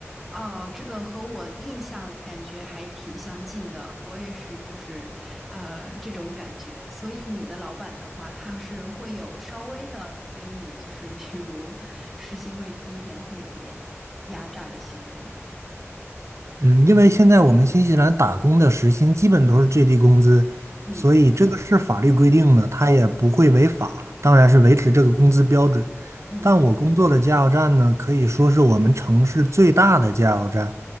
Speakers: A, in the centre; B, on the right.
A: 哦，这个和我印象感觉还挺相近的，我也是，就是呃这种感觉。所以你的老板的话，他是会有稍微的给你，就是比如时薪会低一点，会有一点压榨的行为吗？
B: 嗯，因为现在我们新西兰打工的时薪基本都是最低工资，
A: 嗯
B: 所以这个是法律规定的，它也不会违法，当然是维持这个工资标准。
A: 嗯，
B: 但我工作的加油站呢，可以说是我们城市最大的加油站，